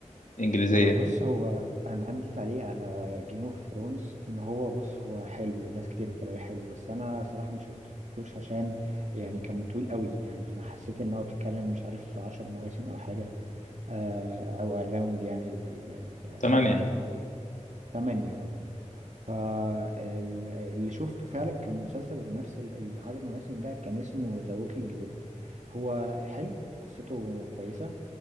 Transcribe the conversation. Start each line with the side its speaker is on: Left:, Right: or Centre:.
Left: انجليزية
Right: أه، بص هو انا عندي تعليق على جيم اوف ثرونز ان هو بص هو حلو والناس كتير بتقول عليه حلو بس انا صراحة ما شفتوش عشان يعني كان طويل قوي يعني انا حسيت ان هو بتتكلم مش عارف في 10 مواسم او حاجة آه، او اراوند يعني ال- ال- ال-
Left: تمام
Right: العدد
Left: يعني
Right: ده 8 اه فاللي شفته فعلا كان مسلسل بنفس ال- العدد المواسم ده كان اسمه ذا ووكينج ديد هو حلو قصته كويسة